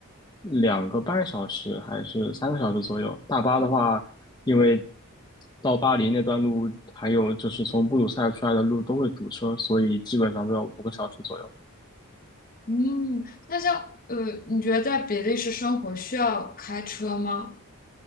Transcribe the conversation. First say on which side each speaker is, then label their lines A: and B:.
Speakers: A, on the left (about 20°); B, on the left (about 40°).
A: 两个半小时还是三个小时左右。大巴的话，因为到巴黎那段路，还有就是从布鲁塞尔出来的路都会堵车，所以基本上都要五个小时左右。
B: 嗯，那像呃，你觉得在比利时生活需要开车吗？